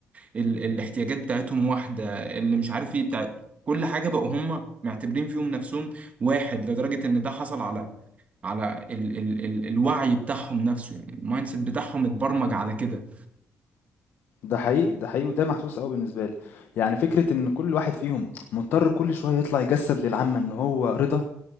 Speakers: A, on the right; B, on the left.
A: ال الاحتياجات بتاعتهم واحدة اللي مش عارف إيه بتاع كل حاجة بقوا هم معتبرين فيهم نفسهم واحد لدرجة إن ده حصل على على ال ال ال الوعي بتاعهم نفسه يعني المايند سيت بتاعهم اتبرمج على كده
B: ده حقيقي ده حقيقي وده محسوس قوي بالنسبة لي يعني فكرة ان كل واحد فيهم مضطر كل شوية يطلع يجسد للعامة ان هو رضا